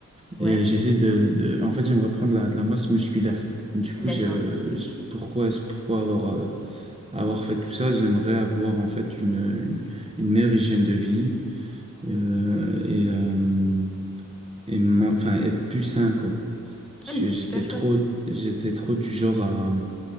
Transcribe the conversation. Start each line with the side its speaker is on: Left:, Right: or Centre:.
Centre: Ouais.
Right: Et j'essaie de, de, en fait, j'aimerais prendre la, de la masse musculaire. Du coup,
Centre: D'accord.
Right: je, je- pourquoi, pourquoi avoir, euh, avoir fait tout ça? J'aimerais avoir, en fait, une, une, une meilleure hygiène de vie, euh, et, euh, et, m'en- enfin, être plus sain, quoi. Parce
Centre: Ah, mais c'est
Right: que j'étais
Centre: super chouette.
Right: trop, j'étais trop du genre à,